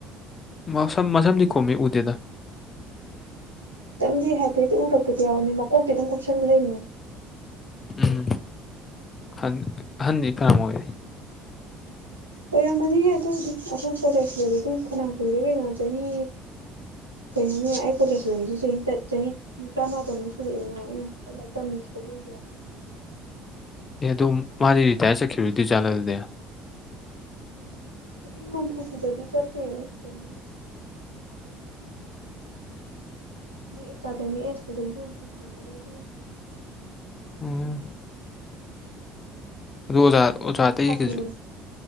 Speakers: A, on the left (about 30°); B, on the right (about 85°).
A: ꯃꯁꯝ ꯃꯁꯝꯗꯤ ꯈꯨꯝꯃꯤ ꯎꯗꯦꯗ
B: <unintelligible> ꯍꯥꯏꯐꯦꯠꯇꯤ ꯎꯔꯛꯄꯗꯤ ꯌꯥꯎꯕꯅꯤ ꯃꯀꯣꯛꯇꯤ ꯑꯗꯨꯝ ꯀꯨꯞꯁꯜꯂ ꯂꯩꯕꯅꯦ
A: ꯎꯝ ꯐꯟ ꯑꯍꯟꯗꯤ ꯐꯅꯌꯥꯝ ꯑꯣꯏꯔꯦ
B: ꯑꯣꯏꯔꯝꯃꯅꯤꯍꯦ ꯑꯗꯨꯕꯨꯗꯤ ꯑꯩꯈꯣꯏ ꯀꯣꯂꯦꯖ ꯂꯣꯏꯔꯩꯖꯦ ꯐꯅꯌꯥꯝ ꯀꯨꯏꯔꯦ ꯀꯩꯅꯣ ꯆꯍꯤ ꯀꯩꯅꯣꯅꯦ ꯑꯩ ꯀꯣꯂꯦꯖ ꯂꯣꯏꯔꯩꯖꯦ ꯆꯍꯤ ꯇ ꯆꯍꯤ ꯅꯤꯄꯥꯟ ꯃꯥꯄꯟꯃꯨꯛ ꯁꯨꯔꯛꯑꯦꯅꯦ ꯏꯃꯥꯏ ꯂꯥꯏꯔꯤꯛ ꯇꯝ ꯇꯣꯛꯂꯏꯖꯤꯔꯣ
A: ꯑꯦ ꯑꯗꯨꯝ ꯃꯥꯗꯤ ꯔꯤꯇꯥꯏꯌꯔ ꯆꯠꯈꯤꯔꯣꯏꯗꯣꯏ ꯖꯥꯠꯂꯥ ꯑꯗꯨꯗꯤ
B: ꯆꯍꯤ ꯍꯨꯝꯐꯨꯁꯨꯗꯗꯤ ꯆꯠꯇꯦ ꯀꯩꯅꯣ <unintelligible> ꯃꯣꯏ ꯑꯦꯀꯥꯗꯃꯤꯛ ꯑꯦꯖꯗ ꯆꯍꯤ ꯍꯨꯝꯐꯨ ꯁꯨꯔꯝꯒꯤꯔꯣꯏ ꯑꯗꯨꯅꯅꯦ__
A: ꯎꯝ ꯑꯗꯨ ꯑꯣꯖꯥ ꯑꯣꯖꯥ
B: ꯑꯣꯖꯥꯗꯣ
A: ꯑꯇꯩꯒꯁꯨ
B: ꯌꯥꯝ ꯁꯥꯊꯤꯕꯅꯤ